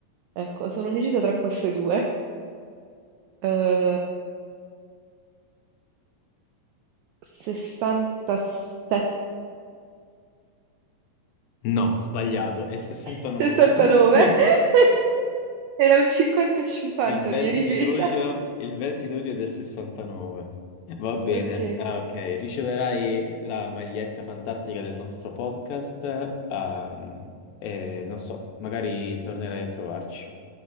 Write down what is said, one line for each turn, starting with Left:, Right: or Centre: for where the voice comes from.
Right: Ecco, sono decisa tra queste due. Eh, 67,
Left: No, sbagliato, è il 69.
Right: 69.
Left: <laughs>
Right: <laughs> <laughs> Era un 50 e 50
Left: Il 20
Right: la mia difesa.
Left: luglio, il 20 luglio del 69. Va bene,
Right: Ok,
Left: ah, ok. Riceverai la maglietta fantastica del nostro podcast. ehm, e non so, magari tornerai a trovarci.